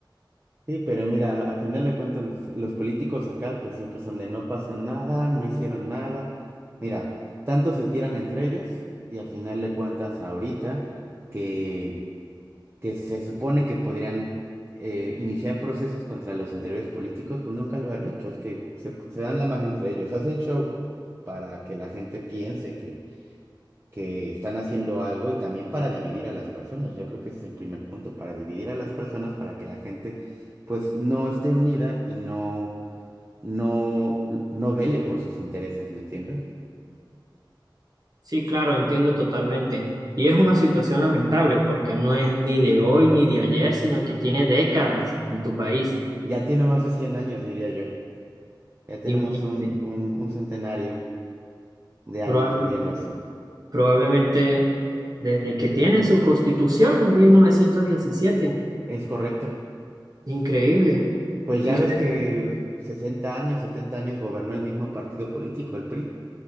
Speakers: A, on the right; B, on the right.
A: sí, pero mira, a final de cuentas los, los políticos acá pues siempre son de no pasa nada, no hicieron nada. Mira, tanto se tiran entre ellos y a final de cuentas ahorita que que se supone que podrían eh, iniciar procesos contra los anteriores políticos, pues nunca lo han hecho. Es que se, se dan la mano entre ellos, hacen show para que la gente piense que, que están haciendo algo y también para dividir a las personas. Yo creo que ese es el primer punto, para dividir a las personas, para que la gente pues no esté unida y no, no, no vele por sus intereses, ¿me entiendes?
B: Sí, claro, entiendo totalmente. Y es una situación lamentable porque no es ni de hoy ni de ayer, sino que tiene décadas en tu país.
A: Ya tiene más de 100 años, diría yo. Ya tenemos
B: Imagínate,
A: un, un, un centenario de años
B: probable-
A: viviendo así.
B: probablemente desde que tiene su constitución, 1917.
A: Es correcto.
B: Increíble.
A: Pues
B: Y
A: ya
B: usted,
A: ves que 60 años, 70 años gobernó el mismo partido político, el PRI.